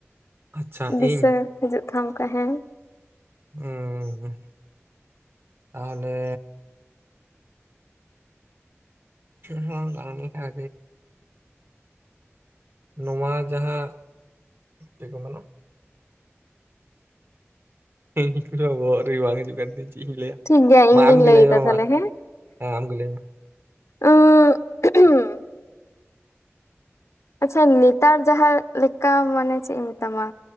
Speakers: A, on the right; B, on the left.
A: ᱟᱪᱪᱷᱟ
B: ᱫᱤᱥᱟᱹ
A: ᱤᱧ
B: ᱦᱤᱡᱩᱜ ᱛᱷᱟᱢ ᱛᱟᱦᱮᱸ
A: ᱦᱩᱸ ᱛᱟᱦᱮᱞᱮ <unintelligible> ᱱᱚᱣᱟ ᱡᱟᱦᱟᱸ ᱪᱮᱠ ᱠᱚ ᱢᱮᱱᱚ ᱤᱧ ᱠᱷᱩᱱᱟᱜ ᱵᱚᱦᱚᱜ ᱨᱮ ᱵᱟᱝ ᱦᱤᱡᱩᱜ ᱠᱟᱱ ᱛᱤᱧ ᱪᱮᱫ ᱤᱧ ᱞᱟᱹᱭᱟ
B: ᱴᱷᱤᱠ ᱜᱤᱭᱟ᱾ᱤᱧ
A: ᱢᱟ
B: ᱜᱤᱧ
A: ᱟᱢᱜᱮ
B: ᱞᱟᱹᱭ ᱫᱟ
A: ᱢᱮ
B: ᱛᱟᱞᱦᱮ
A: ᱢᱟ
B: ᱦᱮᱸ᱾
A: ᱦᱮᱸ ᱟᱢᱜᱮ ᱞᱟᱹᱭ ᱢᱮ
B: ᱚᱜᱸ ᱟᱪᱪᱷᱟ ᱱᱤᱛᱟᱨ ᱡᱟᱦᱟᱸ ᱞᱮᱠᱟ ᱢᱟᱱᱮ ᱪᱮᱜ ᱤᱧ ᱢᱮᱛᱟᱢᱟ